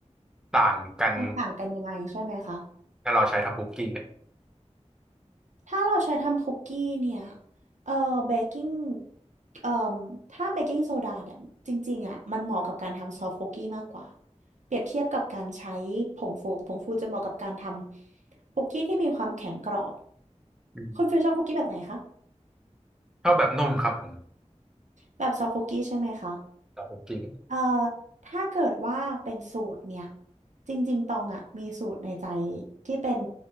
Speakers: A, in the centre; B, on the right.
A: ต่างกัน
B: มันต่างกันยังไงใช่ไหมคะ
A: ถ้าเราใช้ทำคุกกี้อะ
B: ถ้าเราใช้ทำคุกกี้เนี่ยเอ่อเบกกิ้งเอ่อถ้าเบกกิ้งโซดาเนี่ยจริงๆอ่ะมันเหมาะกับการทำซอฟต์คุกกี้มากกว่าเปรียบเทียบกับการใช้ผงฟูผงฟูจะเหมาะกับการทำคุกกี้ที่มีความแข็งกรอบ
A: อืม
B: คุณฟิลชอบคุกกี้แบบไหนคะ
A: ชอบแบบนุ่มครับผม
B: แบบซอฟต์คุกกี้ใช่ไหมคะ
A: แต่คุกกี้
B: เอ่อถ้าเกิดว่าเป็นสูตรเนี่ย จริงๆตองอ่ะมีสูตรในใจที่เป็น